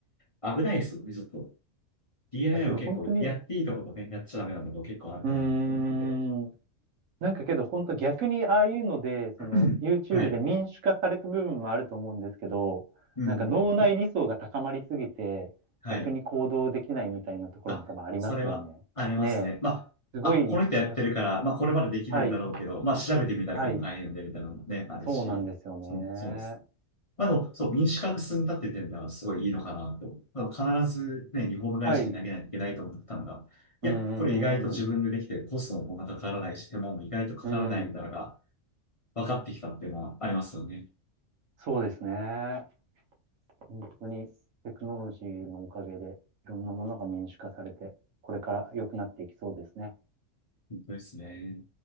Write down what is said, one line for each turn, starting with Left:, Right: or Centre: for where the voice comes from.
Left: 危ないですよね、ちょっと。DIY
Right: だけど本当に、
Left: も結構、やっていいとことね、やっちゃダメなとこ結構あるかなと思ってて。
Right: うーん。なんかけど、本当逆にああいうので、その
Left: <clears throat>
Right: YouTube
Left: はい。
Right: で民主化された部分もあると思うんですけど、
Left: うん。
Right: なんか脳内理想が高まりすぎて、
Left: はい。
Right: 逆に行動できないみたいなところも多分ありますよね。
Left: あ、それはありますね。
Right: ね
Left: まあ、
Right: え、すごいのし、
Left: あ、この人やってるから、まあ、これまでできるんだろうけど、
Right: はい、
Left: まあ、調べてみたら結構大変で、
Right: はい、
Left: みたいなのもね、あるし、
Right: そうなんですよね。
Left: そ、そうです。まあ、でも、そう、民主化が進んだっていう点ではすごいいいのかなと。まあ必ずね、リフォーム会社に投げないといけないと思ったのが、
Right: はい、うん
Left: いや、
Right: うんうん
Left: これ意外と自分でできて、コストもこんなかからないし、手間も意外とかからないみたいなのが
Right: うん、うん、
Left: 分かってきたっていうのはありますよね。
Right: そうですね。本当にテクノロジーのおかげで、いろんなものが民主化されて、これから良くなっていきそうですね。
Left: 本当ですね。